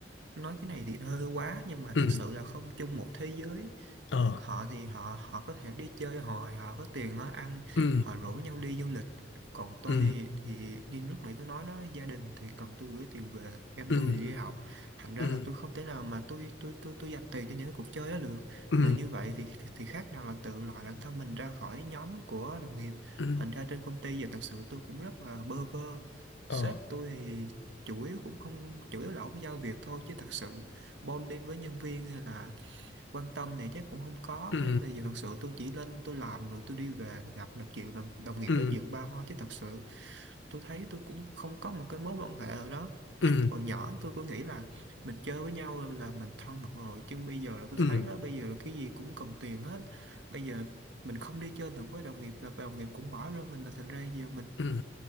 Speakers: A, on the right (about 80°); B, on the left (about 85°).
A: nói cái này thì nó hơi quá nhưng mà
B: ừ
A: thực sự là không chung một thế giới
B: ờ
A: họ thì họ họ có thể đi chơi họ họ có tiền á ăn
B: ừ
A: họ rủ nhau đi du lịch còn tôi
B: ừ
A: thì, thì như lúc nãy tôi nói đó gia đình thì cần tôi gửi tiền về em
B: ừ
A: tôi thì đi học thành ra
B: ừ
A: là tôi không thể nào mà tôi tôi tôi tôi dành tiền cho những cái cuộc chơi đó được
B: ừ
A: mà như vậy thì thì, thì khác nào là tự loại bản thân mình ra khỏi nhóm của đồng nghiệp
B: ừ
A: thành ra trên công ty giờ thật sự tôi cũng rất là bơ vơ
B: ờ
A: sếp tôi thì chủ yếu cũng không chủ yếu là ổng giao việc thôi chứ thật sự bonding với nhân viên hay là quan tâm thì chắc cũng không có
B: ừ
A: nên bây giờ thật sự tôi chỉ lên tôi làm rồi tôi đi về gặp được chuyện đồng, đồng nghiệp
B: ừ
A: nói chuyện ba hoa chứ thật sự tôi thấy tôi cũng không có một cái mối quan hệ nào đó
B: ừ
A: hồi nhỏ tôi cứ nghĩ là mình chơi với nhau là mình thân được rồi chứ bây giờ là tôi
B: ừ
A: thấy
B: ừ
A: đó bây giờ là cái gì cũng cần tiền hết bây giờ mình không đi chơi được với đồng nghiệp là đồng nghiệp cũng bỏ rơi mình là thành ra giờ mình
B: ừ.